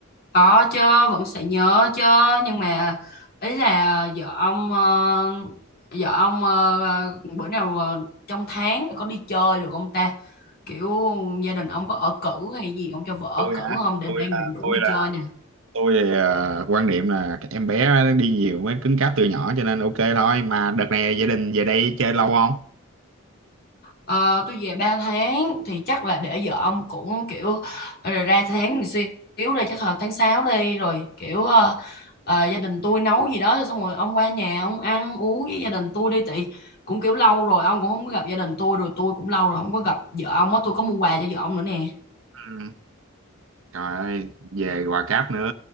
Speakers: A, on the left (about 50°); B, on the right (about 65°).
A: có chứ vẫn sẽ nhớ chứ nhưng mà ý là vợ ông ờ, vợ ông ờ, bữa nào ờ, trong tháng có đi chơi được không ta kiểu gia đình ông có ở cữ hay gì ông cho vợ ở
B: tôi
A: cữ
B: hả
A: không để
B: tôi
A: đang
B: à,
A: định rủ
B: tôi
A: đi
B: là
A: chơi nè
B: tôi à, quan niệm là cái em bé nó đi nhiều mới cứng cáp từ nhỏ cho nên ok thôi mà đợt này gia đình về đây chơi lâu không
A: Ờ, tôi về 3 tháng thì chắc là để vợ ông cũng kiểu ờ, rồi ra tháng một xíu đây chắc là tháng 6 đi rồi kiểu ờ, ờ, gia đình tôi nấu gì đó xong rồi ông qua nhà ông ăn uống với gia đình tôi đi tại cũng kiểu lâu rồi ông cũng không có gặp gia đình tôi rồi tôi cũng lâu rồi không có gặp vợ ông á tôi có mua quà cho vợ ông nữa nè
B: ừ. trời ơi về Hòa Cáp nữa